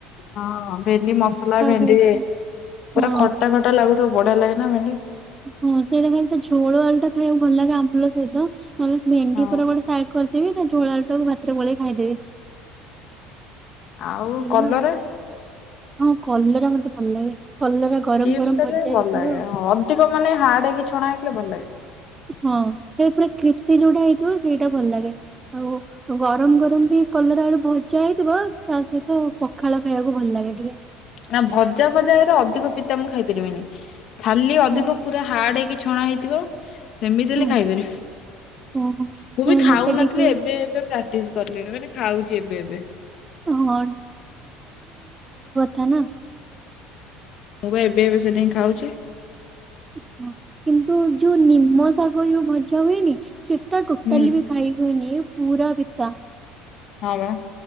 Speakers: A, on the left; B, on the right.
A: ହଁ ଭେଣ୍ଡି ମସଲା ଭେଣ୍ଡି
B: ଭଜା ହଁ
A: ପୁରା ଖଟା ଖଟା ଲାଗୁ ତ ବଢିଆ ଲାଗେ ନା ଭେଣ୍ଡି।
B: ଉ ହଁ ସେଇଟା ଖାଲି ତା ଝୋଳ ଆଳୁଟା ଖାଇବାକୁ ଭଲ ଲାଗେ ଆମ୍ପୁଲ ସହିତ ନହେଲେ ସେ ଭେଣ୍ଡି
A: ହଁ
B: ପୁରା ଗୋଟେ ସାଇଡ କର୍ ଦେବି ତା ଝୋଳ ଆଳୁଟାକୁ ଭାତରେ ଗୋଳେଇ ଖାଇଦେବି।
A: ଆଉ
B: ଏଇଆ
A: କଲରା?
B: ହଁ କଲରା ମତେ ଭଲ ଲାଗେ। କଲରା ଗରମ
A: ଚିପ୍ସ
B: ଗରମ
A: ହେଲେ
B: ଭଜା
A: ଭଲ
B: ହେଇଥିବ।
A: ଲାଗେ। ଅଧିକ ମାନେ ହାର୍ଡ ହେଇକି ଛଣା ହେଇଥିଲେ ଭଲ ଲାଗେ।
B: ହଁ
A: <inaudible>
B: ଏ ପୁରା କ୍ରିପ୍ସି ଯୋଉଟା ହେଇଥିବ ସେଇଟା ଭଲ ଲାଗେ। ଆଉ ଗରମ ଗରମ ବି କଲର ଆଳୁ ଭଜା ହେଇଥିବ। ତା ସହିତ ପଖାଳ ଖାଇବାକୁ ଭ ଭଲ ଲାଗେ <inaudible>
A: ନା ଭଜା ଭଜା ହେରା ଅଧିକ ପିତା ମୁଁ ଖାଇ ପାରିବିନି ଖାଲି ଅଧିକ
B: ହଁ।
A: ପୁରା ହାର୍ଡ ହେଇକି ଛଣା ହେଇଥିବ। ସେମିତି ହେଲେ
B: ହଁ
A: ଖାଇପାରିବି।
B: ଓହୋ
A: ମୁଁ
B: ନାଇଁ
A: ବି ଖାଉନଥିଲି
B: ମତେ ଟିକେ
A: ଏବେ ଏବେ ପ୍ରାକ୍ଟିସ କଲେଣି ମାନେ ଖାଉଛି ଏବେ ଏବେ।
B: ହଁ ତ ନା।
A: ମୁଁ ବା ଏବେ ଏବେ ସେଥାଇଁ ଖାଉଚି।
B: ହଁ କେମ୍। ତ ଯଉ ନିମ ଶଗ୍ ଗ ଯୋଉ ଭଜା ହୁଏନି ସେ ଟା ଟୋଟାଲି
A: ହୁଁ
B: ବି ଖାଇ ହୁଏନି। ପୁରା ପିତା।
A: ହ ବା।